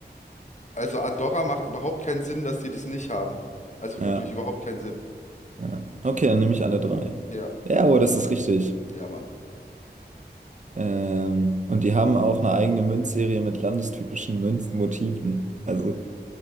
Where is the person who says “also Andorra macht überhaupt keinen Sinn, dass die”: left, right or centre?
Left